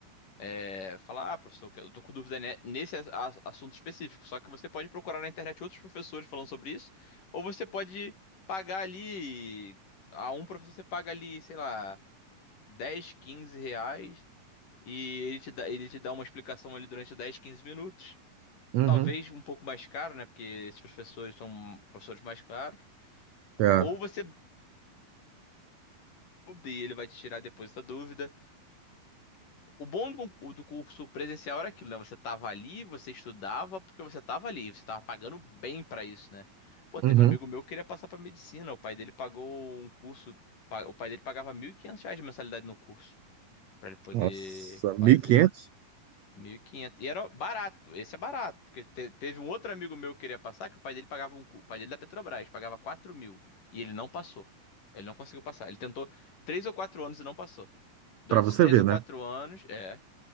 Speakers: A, on the left; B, on the right.
A: É, falar, ah, professor, eu tô com dúvida ne- nesse a- assunto específico. Só que você pode procurar na internet outros professores falando sobre isso, ou você pode pagar ali, a um professor você paga ali, sei lá, 10 15 reais, e ele te dá, ele te dá uma explicação ali durante 10 15 minutos.
B: Uhum.
A: Talvez um pouco mais caro, né? Porque esses professores são professores mais caros.
B: É.
A: Ou você muda e ele vai te tirar depois essa dúvida. O bom do con- do curso presencial era aquilo, né? Você tava ali, você estudava porque você tava ali, você tava pagando bem pra isso, né? Pô, teve
B: Uhum.
A: um amigo meu que queria passar pra medicina, o pai dele pagou um curso, pa- o pai dele pagava 1.500 reais de mensalidade no curso pra ele poder
B: Nossa,
A: fazer.
B: mil e quinhentos
A: mil E quinhentos e era barato, esse é barato, porque te- teve um outro amigo meu que queria passar que o pai dele pagava um, cu- o pai dele é da Petrobras pagava quatro mil e ele não passou. Ele não conseguiu passar. Ele tentou três ou quatro anos e não passou. Durante
B: Para você
A: esses três
B: ver,
A: ou
B: né?
A: quatro anos, é.